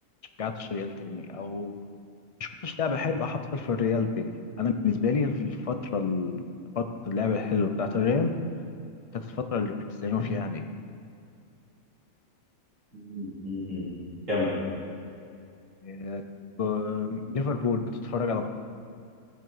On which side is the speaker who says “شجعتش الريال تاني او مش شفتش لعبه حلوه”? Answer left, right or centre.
Left